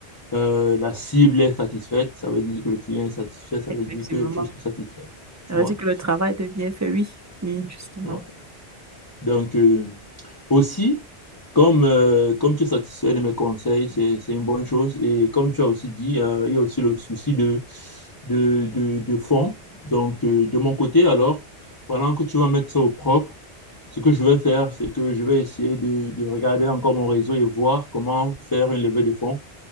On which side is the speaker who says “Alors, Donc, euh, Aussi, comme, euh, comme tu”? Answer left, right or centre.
Left